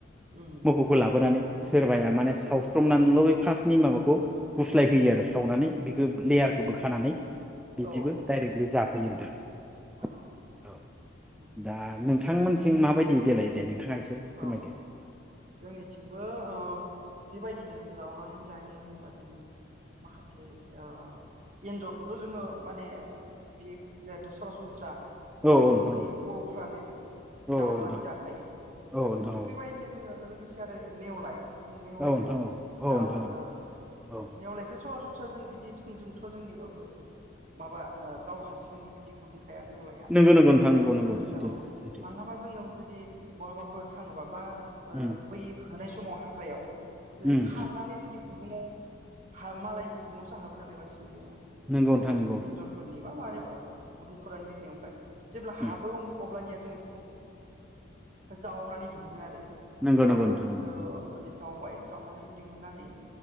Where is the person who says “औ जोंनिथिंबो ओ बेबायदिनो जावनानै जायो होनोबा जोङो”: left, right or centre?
Right